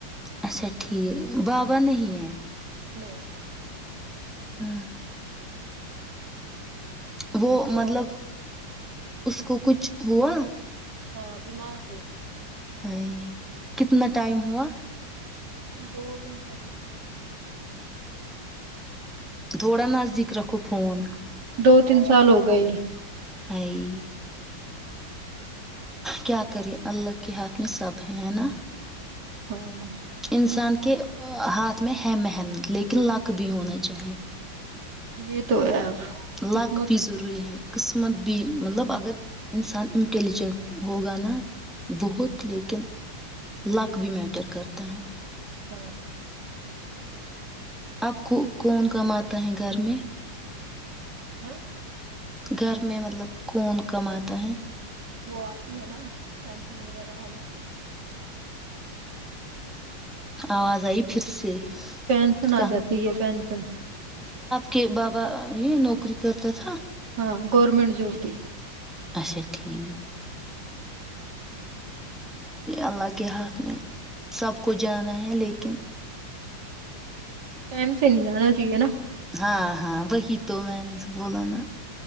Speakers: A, in the centre; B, on the right.
A: اچھا ٹھیک بابا نہیں ہیں
B: نہیں
A: ہاں وہ مطلب
B: اور
A: اس کو کچھ ہوا
B: ہاں بیمار س
A: ہ کتنا ٹائم ہوا
B: دو تین سالوں میں
A: تھوڑا نزدیک رکھو فون
B: دو تین سال ہو گئے ہی
A: ہائے کیا کرے اللہ کے ہاتھ میں سب ہیں ہیں نا
B: ہاں
A: انسان کے ہاتھ میں ہے محنت لیکن لک بھی ہونا چاہیے
B: یہ تو ہے قسمت
A: لاک بھی ضروری ہے قسمت بھی مطلب اگر انسان انٹیلیجنٹ ہوگا نا بہت لیکن لک بھی میٹر کرتا ہے
B: ہاں
A: اب کو کون کماتا ہے گھر میں؟
B: ہاں
A: گھر میں مطلب کون کماتا ہے
B: وہ آتی ہے نا ینشن وغیرہ آ جاتی ہے
A: آواز آئی پھر سے
B: پینسن
A: کم
B: آ جاتی ہے پینسن
A: کہ بابا یہ نوکری کرتا تھا
B: ہاں گورورمنٹ جب ت
A: اچھا ٹھیک اللہ کے ہاتھ میں سب کوچ جانا ہے لیکن
B: ٹائم سے نہیں جانا چاہیے نا
A: ہاں ہاں وہی تو میں نے جو بولا نا